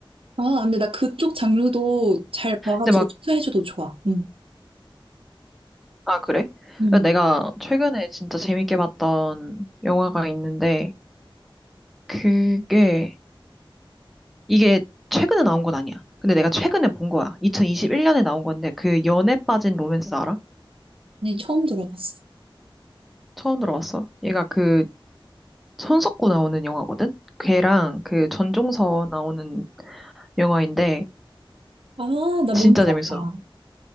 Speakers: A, on the right (about 80°); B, in the centre.
A: 아 근데 나 그쪽 장르도 잘 봐가지고
B: 근데 막,
A: 추천해줘도 좋아 응
B: 아, 그래?
A: 응.
B: 내가 최근에 진짜 재밌게 봤던 영화가 있는데, 그게, 이게 최근에 나온 건 아니야. 근데 내가 최근에 본 거야. 2021년에 나온 건데, 그 연애 빠진 로맨스 알아?
A: 네, 처음 들어봤어
B: 처음 들어봤어. 얘가 그 손석구 나오는 영화거든? 걔랑 그 전종서 나오는 영화인데
A: 아 나
B: 진짜
A: 뭔지
B: 재밌어.
A: 알아